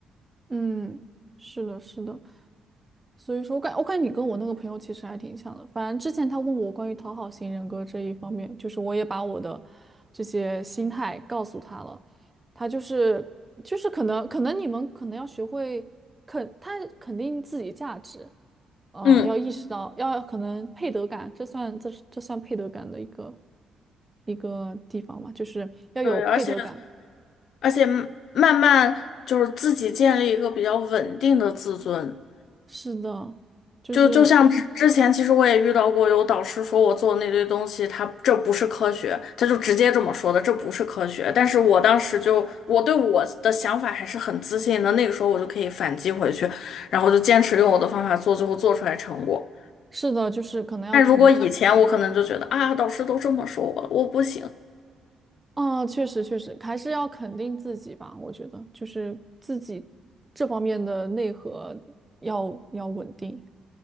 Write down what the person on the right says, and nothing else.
嗯，是的，是的。所以说我感我感觉你跟我那个朋友其实还挺像的。反正之前他问我关于讨好型人格这一方面，就是我也把我的这些心态告诉他了。他就是就是可能可能你们可能要学会肯他肯定自己价值，呃，
要意识到要可能配得感，这算这是这算配得感的一个一个地方嘛，就是要有配得感。
是的，就是
是的，就是可能要肯。
啊，确实确实，还是要肯定自己吧。我觉得就是自己这方面的内核要要稳定，